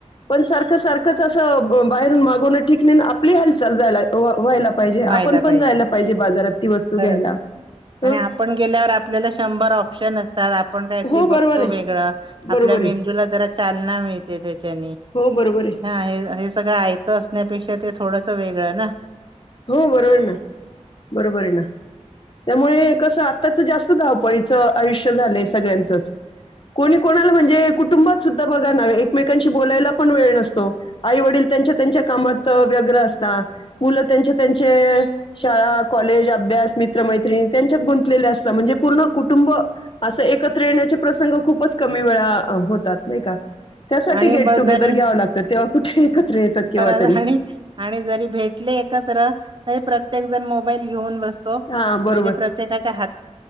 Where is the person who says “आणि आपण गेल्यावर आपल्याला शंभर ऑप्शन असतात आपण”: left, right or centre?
Right